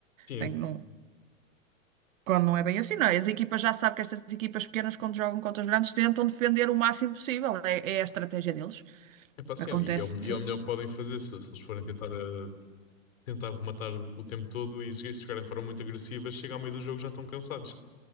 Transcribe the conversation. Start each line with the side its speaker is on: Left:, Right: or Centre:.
Left: tinha.
Right: Bem, não, Quando não é bem assim, não. é? As equipas já sabem que estas equipas pequenas, quando jogam contra os grandes, tentam defender o máximo possível. É, é a estratégia deles.
Left: É pá, sim,
Right: Acontece.
Left: e é o, e é o melhor que podem fazer se, se eles forem tentar eh, tentar rematar o tempo todo e se se jogarem de forma muito agressiva, chega ao meio do jogo já estão cansados.